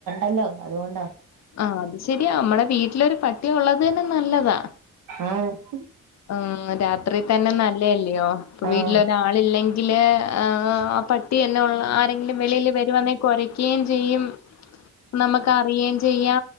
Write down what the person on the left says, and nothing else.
ആഹ് അത് ശെരിയാ അമ്മടെ വീട്ടിലൊരു പട്ടി ഒള്ളതന്നെ നല്ലതാ
ആഹ് രാത്രി തന്നെ നല്ലെല്ല്യയോ ഇപ്പൊ
വീട്ട്ലൊ രാളില്ലെങ്കില് ആഹ് പട്ടിയന്നെ ഉള്ളു ആരെങ്കിലും വെളിയില് വെരുവാന്നെ കൊര ക്കേം ചെയ്യും നമ്മക്കറിയേം ചെയ്യാ